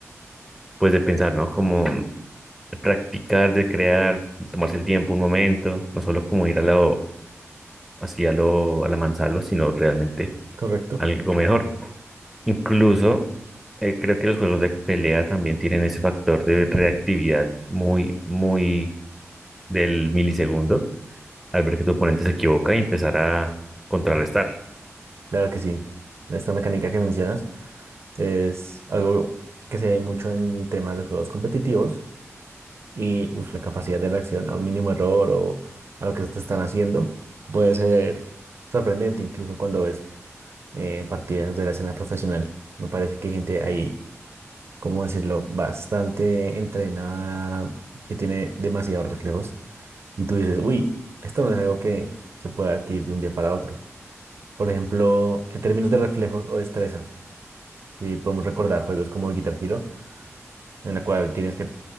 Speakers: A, in the centre; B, on the right.
A: pues, de pensar, ¿no? Como de practicar, de crear, de tomarse el tiempo un momento, no solo como ir a lo, así a lo, a la mansalva, sino realmente
B: Correcto.
A: algo mejor. Incluso eh, creo que los juegos de pelea también tienen ese factor de reactividad muy, muy del milisegundo, al ver que tu oponente se equivoca y empezar a contrarrestar.
B: Claro que sí. Esta mecánica que mencionas es algo que se ve mucho en temas de juegos competitivos y uf, la capacidad de reacción a un mínimo error o a lo que te están haciendo puede ser sorprendente incluso cuando ves eh, partidas de la escena profesional. Me parece que hay gente ahí, ¿cómo decirlo?, bastante entrenada, que tiene demasiados reflejos. Y tú dices, uy, esto no es algo que se pueda adquirir de un día para otro. Por ejemplo, en términos de reflejos o destreza, si podemos recordar juegos como Guitar Hero, en la cual tienes que